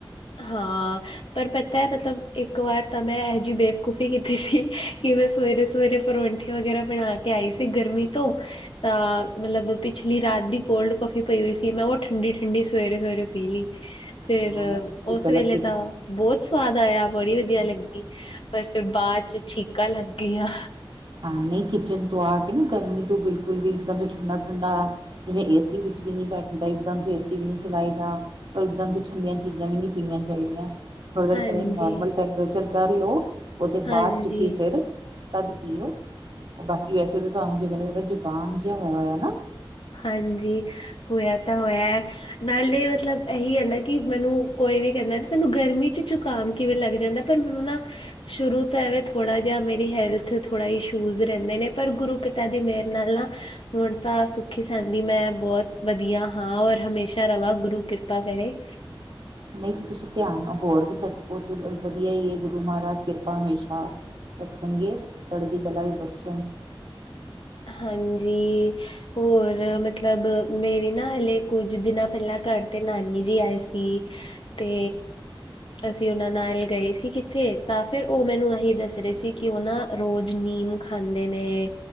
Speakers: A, on the left; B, on the right.
A: ਹਾਂ। ਪਰ ਪਤਾ ਐ ਮਤਲ ਏਕ ਵਾਰ ਤਾਂ ਮੈਂ ਇਹੋ ਜੀ ਬੇਵਕੂਫੀ ਕੀਤੀ ਸੀ, ਕਿ ਮੈਂ ਸਵੇਰੇ ਸਵੇਰੇ ਪਰੋਂਠੇ ਵਗੈਰਾ ਬਣਾ ਕੇ ਆਈ ਸੀ ਗਰਮੀ ਤੋਂ ਤਾਂ ਮਲਬ ਪਿਛਲੀ ਰਾਤ ਦੀ ਕੋਲਡ ਕੌਫੀ ਪਈ ਹੋਈ ਸੀ, ਮੈਂ ਓ ਠੰਡੀ, ਠੰਡੀ ਸਵੇਰੇ, ਸਵੇਰੇ ਪੀ ਲੀ। ਫੇਰ
B: ਹਾਂ ਤੁਸੀਂ
A: ਓਸ
B: ਗਲਤ
A: ਵੇਲੇ ਤਾਂ ਬੌਤ ਸਵਾਦ ਆਇਆ, ਬੜੀ
B: ਕੀਤਾ
A: ਵਧੀਆ ਲੱਗੀ। ਪਰ ਫਿਰ ਬਾਅਦ 'ਚ ਛੀਕਾਂ ਲੱਗ ਗਈਆਂ।
B: ਹਾਂ, ਨਈ ਕਿਚਨ ਤੋਂ ਆ ਕੇ ਨਾ ਗਰਮੀ ਤੋਂ ਬਿਲਕੁਲ ਵੀ ਏਕਦਮ ਠੰਡਾ ਠੰਡਾ ਜਿਵੇਂ ਏ ਸੀ ਵਿੱਚ ਵੀ ਨਈ ਬੈਠੀ ਦਾ, ਇੱਕਦਮ ਜੇ ਏ ਸੀ ਵੀ ਨੀ ਚਲਾਈ ਦਾ। ਪਰ ਇਕਦਮ ਜੇ ਠੰਡੀਆਂ ਚੀਜ਼ਾਂ ਵੀ ਨੀ ਪੀਣੀਆਂ ਚਾਈਦੀਆਂ। ਥੋੜੀ ਦੇਰ
A: ਹਾਂਜੀ
B: ਪੈਲੇ ਨੋਰਮਲ ਟੈਂਪਰੇਚਰ ਕਰ ਲੋ ਓਦੇ
A: ਹਾਂਜੀ
B: ਬਾਅਦ ਤੁਸੀ ਫਿਰ ਤਦ ਪੀਓ, ਬਾਕੀ ਵੈਸੇ ਤੇ ਤੁਆਨੂੰ ਜਿਵੇ ਲਗਦਾ ਨਾ ਜ਼ੁਕਾਮ ਜੇਆ ਹੋਇਆ ਹੋਇਆ ਨਾ।
A: ਹਾਂਜੀ, ਹੋਇਆ ਤਾ ਹੋਇਆ। ਨਾਲੇ ਮਤਲਬ ਇਹੀ ਆ ਨਾ ਕਿ ਮੈਨੂੰ ਕੋਈ ਵੀ ਕੈਂਦਾ ਕਿ ਤੇਨੂੰ ਗਰਮੀ ਚ ਜ਼ੁਕਾਮ ਕਿਵੇਂ ਲੱਗ ਜਾਂਦੈ। ਪਰ ਮੇਨੂੰ ਨਾ ਸ਼ੁਰੂ ਤੋਂ ਐਵੇਂ ਥੋੜ੍ਹਾ ਜੇਆ ਮੇਰੀ ਹੈਲਥ ਥੋੜ੍ਹਾ ਇਸ਼ੂਜ਼ ਰੈਂਦੇ ਨੇ, ਪਰ ਗੁਰੂ ਪਿਤਾ ਦੀ ਮੇਰ ਨਾਲ ਨਾ ਹੁਣ ਤਾਂ ਸੁ ਖੀ ਸਾਂਦੀ ਮੈਂ ਬੌਅਤ ਵਧੀਆ ਹਾਂ, ਔਰ ਹਮੇਸ਼ਾ ਰਵਾਂ ਗੁਰੂ ਕਿਰਪਾ ਕਰੇ।
B: ਨਈ ਤੁਸੀ ਧਿਆਨ ਹੋਰ ਵੀ ਓ ਤੇ ਫਿਰ ਵਧੀਆ ਈ ਏ, ਗੁਰੂ ਮਹਾਰਾਜ ਕਿਰਪਾ ਹਮੇਸ਼ਾ ਰੱਖਣਗੇ, ਚੜਦੀ ਕਲਾ ਵੀ ਬਖਸ਼
A: ਹਾਂਜੀ, ਹੋਰ ਮਤਲ ਮਤਲਬ ਮੇਰੀ ਨਾ ਹਲੇ ਕੁਝ ਦਿਨਾਂ ਪੈਲਾਂ ਘਰ ਤੇ ਨਾਨੀ ਜੀ ਆਏ ਸੀ। ਤੇ ਅਸੀ ਓਨਾ ਨਾਲ ਗਏ ਸੀ ਕਿਥੇ, ਤਾਂ ਫੇਰ ਓ ਮੈਨੂੰ ਅਹੀ ਦੱਸ ਰੇ ਸੀ ਕਿ ਓ ਨਾ ਰੋਜ਼ ਨੀਮ ਖਾਂਦੇ ਨੇ,